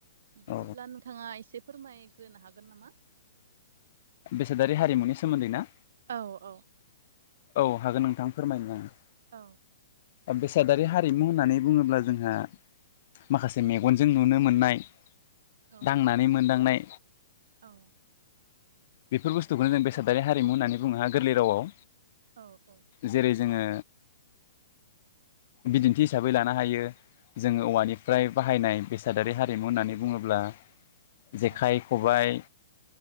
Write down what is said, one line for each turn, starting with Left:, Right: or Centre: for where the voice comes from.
Right: बिदिब्ला
Left: औ
Right: नोंथाङा इसे फोरमायग्रोनो हागोन नामा
Left: बेसादारि हारिमुनि सोमोन्दै ना?
Right: औ-औ
Left: औ हागोन नोंथां फोरमायनो आङो।
Right: औ।
Left: बेसादारि हारिमु होननानै बुङोब्ला जोंहा माखासे मेगनजों नुनो मोननाय-
Right: औ
Left: दांनानै मोनदांनाय
Right: औ।
Left: बेफोर बुस्थुखौनो जों बेसादारि हारिमु होननानै बुङो हा गोरलै रावाव।
Right: औ-औ
Left: जेरै जोङो बिदिन्थि हिसाबै लानो हायो जोङो औवानिफ्राय बाहायनाय बेसादारि हारिमु होननानै बुङोब्ला जेखाइ
Right: औ
Left: खबाय